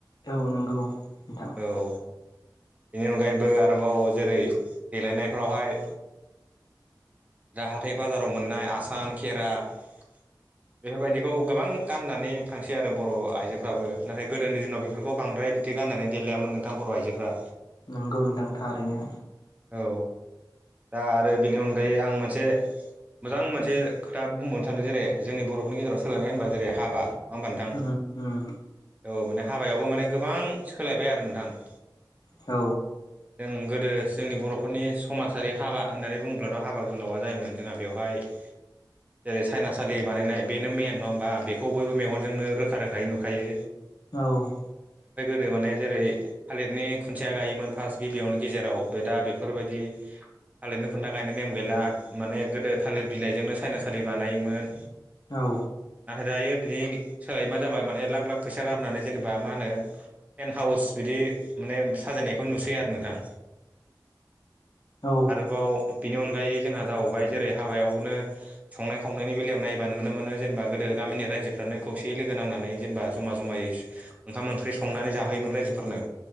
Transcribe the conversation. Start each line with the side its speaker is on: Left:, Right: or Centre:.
Left: औ नंगौ नोंथां।
Right: औ बेनि अनगायैबो आरोबाव जेरै देलायनायफ्रावहाय दा हाथाइ बाजाराव मोननाय आसान, खेरा बेफोर बायदिखौ गोबां गाननानै थांसै आरो बर' आइजोफ्राबो नाथाय गोदोनि दिनाव बेफोरखौ बांद्राय दि गानानै देलायामोन नोंथां बर' आइजोफ्रा।
Left: नोंगौ नोंथां थारैनो।
Right: औ दा आरो बेनि अनगायै आं मोनसे मोजां मोनसे खोथा बुंबावनो सानो जेरै जोंनि बर'फोरनि गेजेराव सोलायनाय होनबा जेरै हाबा होमबा नोंथां
Left: उम उम।
Right: औ माने हाबायावबो माने गोबां सोलायबाय आरो नोंथां।
Left: औ।
Right: जों गोदो जोंनि बर'फोरनि समाजारि हाबा होननानै बुङोब्लाथ' हाबा गोलावा जायोमोन जोंहा बेवहाय <inaudible> जेरै सायनासालि बानायनाय बेनो मेन नङा होमबा बेखौ बयबो मेगनजोंनो रोखा रोखायै नुखायो।
Left: औ।
Right: बे माने जेरै थालिरनि खुन्थिया गायोमोन फार्स्ट गिबियावनो गेजेराव बे दा बेफोर बायदि थालिरनि खुन्था गायनाय नेम गैला माने गोदो थालिर बिलाइजोंनो सायना सालि बानायोमोन।
Left: औ
Right: नाथाय दायो बिनि सोलायै मा जाबाय माने लाख लाख फैसा गारनानै जेनेबा मा होनो टेन हाउस बिदि माने साजायनायखौ नुसै आरो नोंथां।
Left: औ
Right: आरोबाव बेनि अनगायै जोंहा जाबावबाय जेरै हाबायावनो संनाय खावनायनि बेलायाव नायबा नुनो मोनो जेनेबा गोदो दो गामिनि रायजोफ्रानो खौसेै लोगो नां जेनेबा जमा जमायै ओंखाम ओंख्रि सं संनानै जाहोयोमोन रायजोफोरनो।